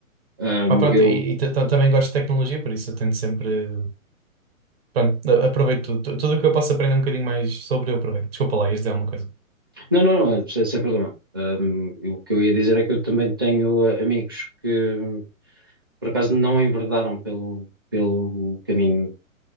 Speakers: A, on the right (about 15°); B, on the right (about 45°).
A: Ah,
B: Pá, pronto,
A: eu
B: e, e ta- ta- também gosto de tecnologia, por isso eu tento sempre. Pronto, a- aproveito tudo. Tu- Tudo o que eu posso aprender um bocadinho mais sobre, eu aproveito. Desculpa lá, ias dizer alguma coisa.
A: Não, não, não, é sem, sem problema. Ahm, eu- o que eu ia dizer é que eu também tenho ah, amigos que, por acaso, não enverdaram pelo, pelo caminho